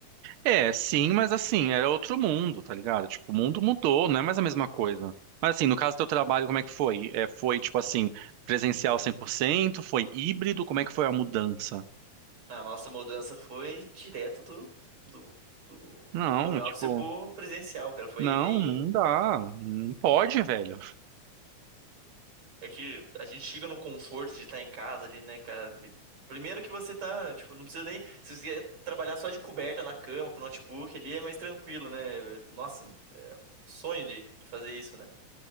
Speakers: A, on the right; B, on the right.
A: É, sim, mas assim, era outro mundo, tá ligado? Tipo, o mundo mudou, não é mais a mesma coisa. Mas assim, no caso do teu trabalho, como é que foi? É, foi, tipo assim, presencial 100%? Foi híbrido? Como é que foi a mudança?
B: A nossa mudança foi direto do, do, do
A: Não,
B: home office
A: tipo,
B: pro presencial, cara. Foi
A: não,
B: bem
A: não dá. Não pode, velho.
B: É que a gente chega no conforto de estar em casa ali, né, cara? De- Primeiro que você tá, tipo, não precisa nem. Se você quiser trabalhar só de coberta na cama, com notebook ali, é mais tranquilo, né? Nossa, é um sonho de, de fazer isso, né?